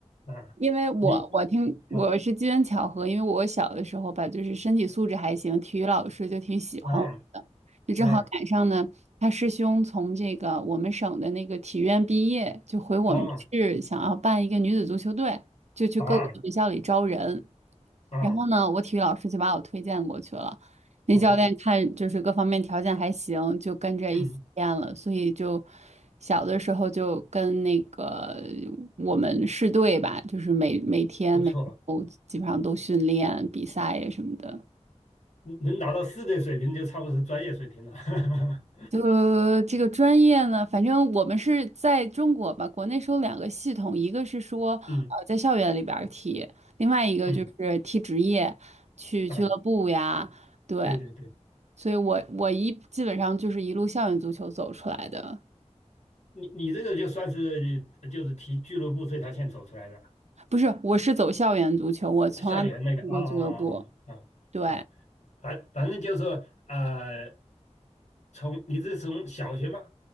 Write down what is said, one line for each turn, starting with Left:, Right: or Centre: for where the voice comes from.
Left: 啊，
Right: 因为我我听我是机缘巧合，
Left: 你啊
Right: 因为我小的时候吧，就是身体素质还行，体育老师就挺喜欢我的，
Left: 啊
Right: 就正好赶上呢，
Left: 啊
Right: 他师兄从这个我们省的那个体院毕业，就回我们市想要办一个女子足球队，
Left: 啊
Right: 就去各个学校里招人，
Left: 啊啊
Right: 然后呢，我体育老师就把我推荐过去了。那教练看就是各方面条件还行，
Left: 啊，
Right: 就跟着一起练了，
Left: 嗯，
Right: 所以就小的时候就跟那个我们市队吧，就是每每天每周基本上都训练比赛呀什么的。
Left: 不错，嗯能达到四队水平就差不多是专业水平了，<laughs>
Right: 呃，这个专业呢，反正我们是在中国吧，国内是有两个系统，一个是说呃在校园里边儿踢，
Left: 嗯
Right: 另外一个就是踢职业，
Left: 嗯
Right: 去俱乐部呀，
Left: 啊，
Right: 对，
Left: 对对对。
Right: 所以我我一基本上就是一路校园足球走出来的，
Left: 你你这个就算是呃就是提俱乐部这条线走出来的，
Right: 不是，我是走校园足球，我从来没踢过俱乐部，
Left: 校园那个啊啊啊啊啊，
Right: 对
Left: 啊反反正就是说呃，从你是从小学吗？